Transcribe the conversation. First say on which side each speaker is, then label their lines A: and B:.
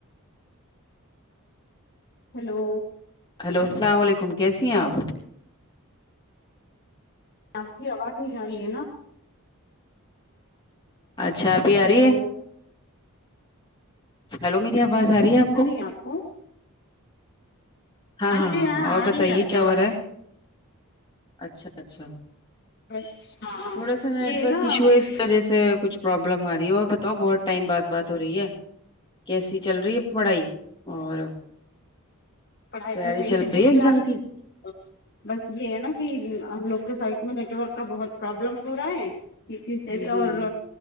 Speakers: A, on the left; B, on the left.
A: ہیلو
B: ہلو السلام وعلیکم کیسی ہیں آپ
A: آپ کی آواز نہیں آ رہی ہے نا
B: اچھا ابھی آ
A: ہلو
B: رہی ہے ہیلو میری آواز آ رہی ہے آپ
A: <unintelligible> مل
B: کو
A: رہی ہیں آپ کو
B: ہاں ہاں
A: جی
B: ہاں اور
A: آ
B: بتائیے
A: رہی ہے آپ کی
B: کیا
A: آواز
B: ہو رہا ہے اچھا اچھا
A: بس ہاں ہاں
B: تھوڑا سا نیٹورک
A: یہ نا
B: ایشو ہے اس و جیسے کچھ پروابلم آ رہی ہے اور بتاؤ بہت ٹائم بعد بات ہو رہی ہے کیسی چل رہی ہے پڑھائی اور
A: پڑھائی
B: تیاری
A: تو صحیح
B: چل
A: چلرہی
B: رہی
A: ہے فی
B: ایگزام
A: الحال
B: کی
A: بس یہ ہے نا کہ ہم لوگ کے سائٹ میں نیٹورک کا بہت پرابلم ہو رہا ہے کسی سے بھی
B: جی
A: اور
B: جی